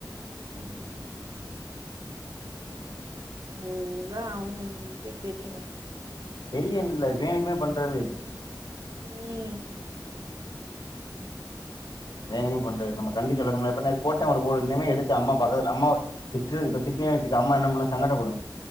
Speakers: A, on the left; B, on the right.
A: ம்
B: அதுதா அவுங்கவுங்களுக்கே தெரியணு
A: தெரியாம இல்ல அது வேணுக்குமே பண்றது
B: ம்
A: வேணும்னே பண்றது நம்ம கண்டிக்கல நம்ம அப்பற நேத்து போட்டே ஒரு போடு இனிமே எடுத்து அம்மா பக்கத்துல அம்மாவ திட்டு இப்ப திட்னே வச்சுக்க அம்மா என்ன பண்ணு சங்கடப்படு